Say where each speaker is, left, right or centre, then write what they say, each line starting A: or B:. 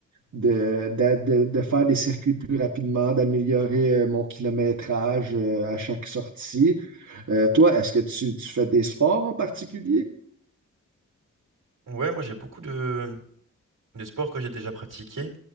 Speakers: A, on the right (about 65°); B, on the right (about 80°).
A: de, d'a- de- de faire des circuits plus rapidement, d'améliorer euh, mon kilométrage euh, à chaque sortie. Euh, toi, est-ce que tu, tu fais des sports en particulier?
B: Ouais, moi j'ai beaucoup de, de sports que j'ai déjà pratiqués.